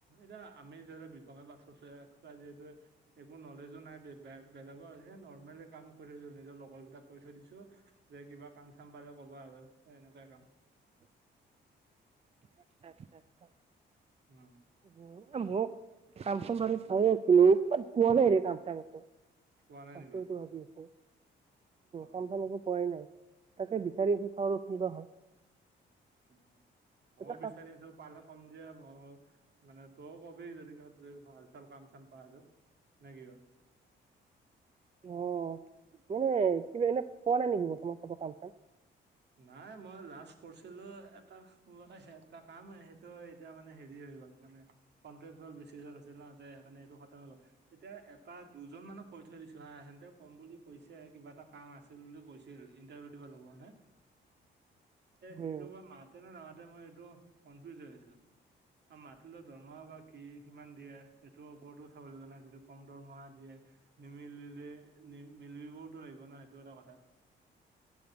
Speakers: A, on the right (about 60°); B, on the right (about 30°).
A: এতিয়া আমি ধৰি লোৱা বি কমে পাছ কৰিছো এক্সট্ৰা যিহেতু একো নলেজো নাই বেলেগৰ সেই নৰ্মেলি কাম কৰি নিজৰ লগৰ কেইটাক কৈ থৈ দিছো যে কিবা কাম চাম পালে কবা আৰু সেই এনেকুৱাই কাম
B: <unintelligible> আচ্ছা আচ্ছা আচ্ছা
A: উম
B: উম ময়ো কাম চাম বাৰু আছিলো বাট পোৱা নাই ৰে কাম চাম একো
A: পোৱা নাই
B: তাকেইতো
A: নেকি?
B: ভাবি আছো,
A: অ
B: কাম চাম একো পোৱাই নাই তাকে বিচাৰিছো চাওঁ আৰু কিবা হয়
A: উম, ময়ো
B: এটা কাম
A: বিচাৰি পালে কম দিয়া মই মানে তইও কবি যদি ক'বাত ভাল চাল কাম চাম পা আৰু নাকি
B: অ মানে কিবা এনে পোৱা নাই নেকি বৰ্তমান ক কাম চাম
A: নাই মই লাষ্ট কৰিছিলো এটা এটা কাম সেইটো এতিয়া মানে হেৰি হৈ গ'ল মানে কনট্ৰেক বেচিছত আছিল নহ মানে এইটো খতম হৈ গল এতিয়া এটা দুজন মানে কৈ থৈ দিছো হা সেহতে ক'ম বুলি কৈছে কিবা এটা কাম আছে বুলি কৈছিল ইন্টাৰভিউ দিব লগা মানে
B: উম
A: সেইটো মাতে নে নামাতে মই এইটো কনফিউজ হৈ আছো আৰু মাতিলো দৰমহা বা কি কিমান দিয়ে সেইটোৰ ওপৰতো চাবলাগিব নাই কি কম দৰমহা দিয়ে নিমিলিলে নি মিলিবওতো লাগিব ন সেইটো এটা কথা